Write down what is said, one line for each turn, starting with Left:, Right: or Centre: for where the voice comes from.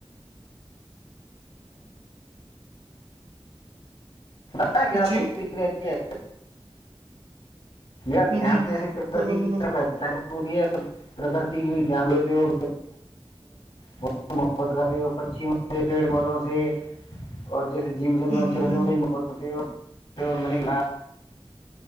Left: ب کیا
Right: جی
Left: رہ ہے ا
Right: ہ
Left: دھیان
Right: ہ
Left: میں ایسی پرکتی
Right: بولو بولو
Left: کی طرف ہے پرکتی بھی جان دیتے ہو ہو محبت کرتے بچیوں سے پیڑ پودوں سے اور جس جی
Right: ہ
Left: جرورت
Right: ہ
Left: چھوٹے
Right: ہ
Left: م کرتے میں نےا